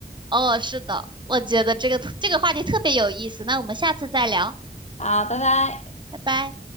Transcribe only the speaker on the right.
哦，是的，我觉得这个这个话题特别有意思，那我们下次再聊，
拜拜。